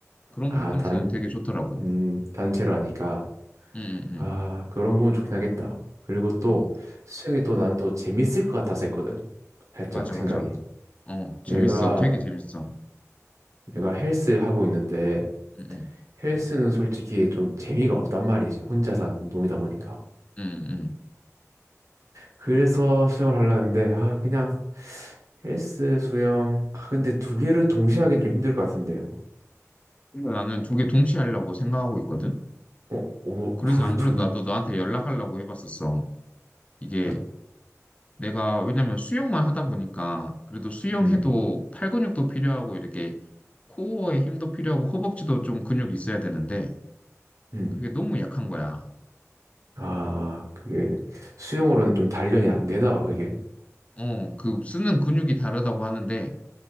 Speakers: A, on the left; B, on the right.
A: 그런
B: 아,
A: 부분에서는
B: 단,
A: 되게 좋더라고.
B: 음, 단체로 하니까.
A: 응, 응,
B: 아, 그런 부분 좋긴 하겠다. 그리고 또,
A: 응. 응.
B: 수영이 또 나는 또 재밌을 것 같아서 했거든. 살짝
A: 맞아,
B: 생각이.
A: 맞아. 어, 재밌어.
B: 내가,
A: 되게 재밌어.
B: 내가 헬스 하고 있는데,
A: 응, 응.
B: 헬스는 솔직히 좀 재미가 없단 말이지. 혼자서 하는 운동이다 보니까.
A: 응, 응. 응.
B: 그래서 수영을 하려는데, 아, 그냥, 헬스, 수영. 아, 근데 두 개를 동시에 하긴 좀 힘들 것 같은데. 뭐.
A: 근데 나는 두 개 동시에 하려고 생각하고 있거든.
B: 어, 어,
A: 그래서
B: 그
A: 안
B: 두,
A: 그래도 나도 너한테 연락하려고 해봤었어. 이게
B: 어,
A: 내가 왜냐면 수영만 하다 보니까 그래도 수영해도
B: 음,
A: 팔 근육도 필요하고 이렇게 코어에 힘도 필요하고 허벅지도 좀 근육이 있어야 되는데
B: 음.
A: 그게 너무 약한 거야.
B: 아, 그게 수영으로는 좀 단련이 안 되나 봐, 그게.
A: 어, 그 쓰는 근육이 다르다고 하는데